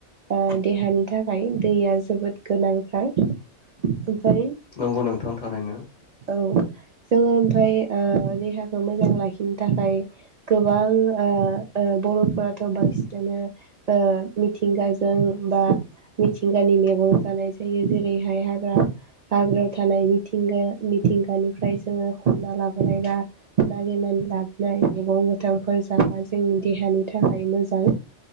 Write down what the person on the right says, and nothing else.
ओ देहानि थाखाय दैया जोबोद गोनांथार । ओमफ्राय
औ जोङो ओमफ्राय ओ देहाखौ मोजां लाखिनो थाखाय गोबां ओ ओ बर'फोराथ' बांसिनानो ओ मिथिंगाजों बा मिथिंगानि मेगं जानाय जायो जेरैहाय हाग्रा हाग्रायाव थानाय मिथिंगा मिथिंगानिफ्राय जोङो खनना लाबोनाय बा नागिरनानै लाबोनाय मैगं गोथांफोर जाबा जोंनि देहानि थाखाय मोजां